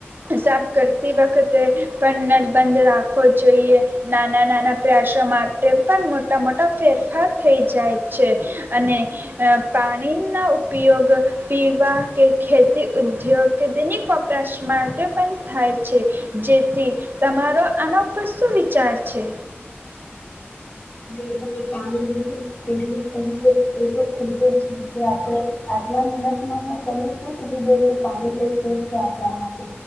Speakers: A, on the right; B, on the left.
A: સાફ કરતી વખતે પણ નટબંધ રાખવો જોઈએ, નાના નાના પ્રયાસો માટે પણ મોટ તા મોટા ફેરફાર થઈ જાય છે અને પાણીના ઉપયોગ પીવા કે ખેતી ઉદ્યોગ કે દૈનિક વપરાશ માટે પણ થાય છે જેથી તમારો આના ઉપર શું વિચાર છે?
B: તે હવે પાણી વિશે એટલ કહીએે એ તો ખુબ જ આપણે આટલા મિનટમાં હું તને શું કરી દે કે પાણી એ શું છે આપણા માટે